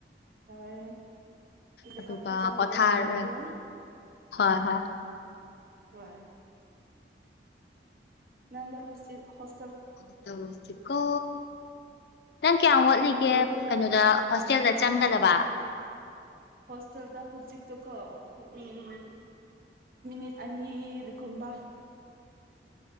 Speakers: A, on the right; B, on the left.
A: ꯍꯣꯏ ꯀꯣ
B: ꯑꯗꯨꯒ
A: ꯀꯊꯥꯖ
B: ꯄꯣꯊꯥꯔ
A: ꯔꯦ ꯁꯇꯣꯛꯦ
B: ꯍꯣꯏ ꯍꯣꯏ
A: ꯍꯣꯏ ꯅꯗ ꯍꯁ ꯍ
B: ꯑ ꯇꯁꯤꯀꯣ ꯅꯪ ꯀꯌꯥꯝ ꯋꯥꯠꯂꯤꯒꯦ
A: ꯅꯠꯇꯦ
B: ꯀꯩꯅꯣꯗ ꯍꯣꯁꯇꯦꯜꯗ ꯆꯪꯒꯗꯕ
A: ꯍꯣꯁꯇꯦꯜꯗ ꯍꯨꯖꯤꯛ ꯇ ꯀꯣ ꯎꯝ ꯃꯤꯅꯤꯠ ꯑꯅꯤꯒꯨꯝꯕ